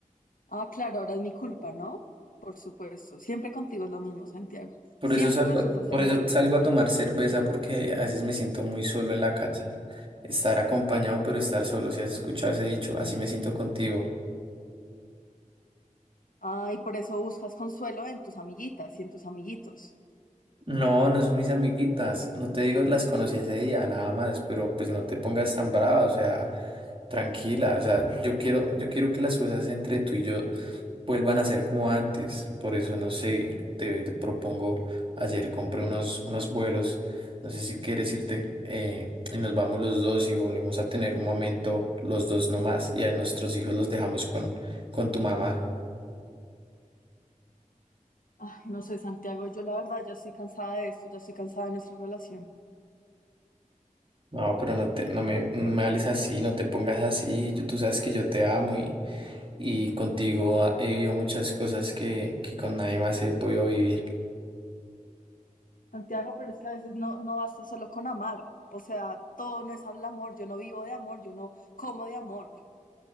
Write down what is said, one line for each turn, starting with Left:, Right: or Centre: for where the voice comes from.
Left: ah, claro, ahora es mi culpa, ¿no? Por supuesto, siempre contigo es lo mismo, Santiago,
Right: Por
Left: siempre
Right: eso salgo,
Left: resulta
Right: a-
Left: ser
Right: por
Left: mi
Right: eso
Left: culpa.
Right: salgo a tomar cerveza porque a veces me siento muy solo en la casa. Estar acompañado, pero estar solo. Si has escuchado ese dicho, así me siento contigo.
Left: Ah, y por eso buscas consuelo en tus amiguitas y en tus amiguitos.
Right: No, no son mis amiguitas. No te digo, las conocí ese día, nada más, pero pues no te pongas tan brava, o sea, tranquila. O sea, yo quiero, yo quiero que las cosas entre tú y yo vuelvan a ser como antes. Por eso, no sé, te, te propongo, ayer compré unos, unos vuelos, no sé si quieres irte, eh, y nos vamos los dos y volvemos a tener un momento los dos nomás, y a nuestros hijos los dejamos con, con tu mamá.
Left: Ay, no sé, Santiago, yo la verdad ya estoy cansada de esto, ya estoy cansada de nuestra relación.
Right: No, pero no te, no me, no me hables así, no te pongas así. Yo, tú sabes que yo te amo y, y contigo ah, he vivido muchas cosas que, que con nadie más he podido vivir.
Left: Santiago, pero es que a veces no, no basta solo con amar, o sea, todo no es el amor, yo no vivo de amor, yo no como de amor.